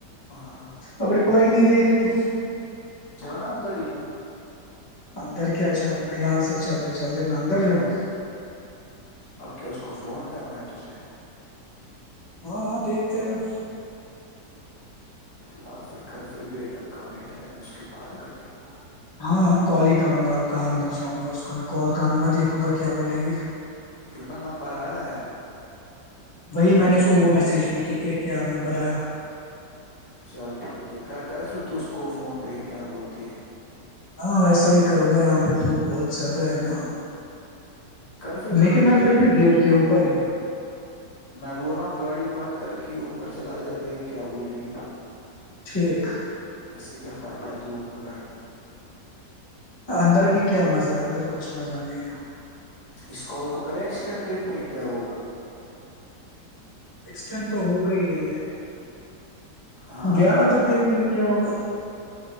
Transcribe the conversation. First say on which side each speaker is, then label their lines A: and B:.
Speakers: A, on the left; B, on the left.
A: ہاں
B: اب رپلائی نہیں دے رہی ہے
A: جناندری
B: اندر کیا جاؤں میں یہاں سے چلتے چلتے میں اندر جاؤں
A: اب کیا اس کو فون کر رہے ہیں تجھے
B: ہاں ہاں دیکھتے ہیں آپ
A: فی الحال پھر کر پھر ویٹ اب کم ہی ٹائم ہے اس کے بعد کر لینا
B: ہاں ہاں کال ہی کروں گا آپ کہاں اندر جاؤں گا اس کو میں کال کروں گا دیکھوں گا کیا بولے گی
A: قمت نمبر آیا ہے
B: وہی میں نے اس کو وہ میسج بھی کی کہ کیا نمبر آیا
A: چل ٹھیک ہے کر کر پھر تو اس کو فون دے کیا بولتی ہے
B: ہاں ایسا ہی کروں گا یہاں پہ دھوپ بہت زیادہ ہے نا
A: کر پھر گاڑی
B: لیکن میں
A: بھی
B: پھر گیٹ کے اوپر ہی ہوں
A: میں بول رہا ہوں گاڑی بند کر کے اوپر پر چلا جا دیک کیا بولے گی
B: ٹھیک
A: ایسے کیا فائدہ ہے دھوپ میں بیٹھنا
B: اندر بھی کیا مزہ ہے اندر کچھ مزہ نہیں ہے
A: اس کال کو کریں ایکسٹینڈ دیکھتے ہیں کیا ہوگا
B: ایکسٹینڈ تو ہو گئی ہے
A: ہاں
B: گیارہ تک دیکھتے ہیں کیا ہوگا